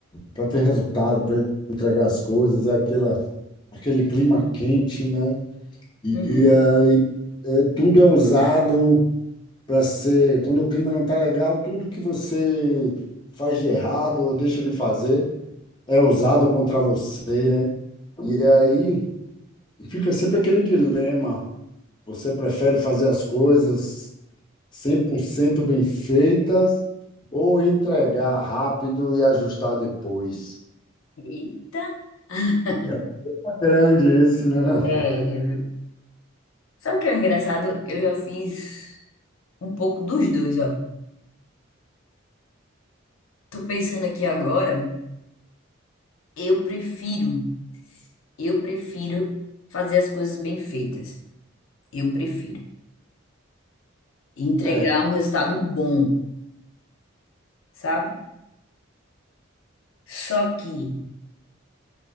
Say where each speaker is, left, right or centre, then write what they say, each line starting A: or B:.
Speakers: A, on the left; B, on the left.
A: para ter resultado, para entregar as coisas, é aquela, aquele clima quente, né? E,
B: Uhum.
A: e aí, eh, tudo é usado para ser, quando o clima não está legal, tudo que você faz de errado ou deixa de fazer é usado contra você, né? E aí. Fica sempre aquele dilema. Você prefere fazer as coisas 100% bem feitas ou entregar rápido e ajustar depois?
B: Eita! <laughs>
A: É uma grande esse, né? não?
B: É, viu? Sabe o que é engraçado? Eu já fiz um pouco dos dois, ó. Tô pensando aqui agora, eu prefiro, eu prefiro fazer as coisas bem feitas. Eu prefiro entregar
A: É,
B: um resultado bom, sabe? Só que,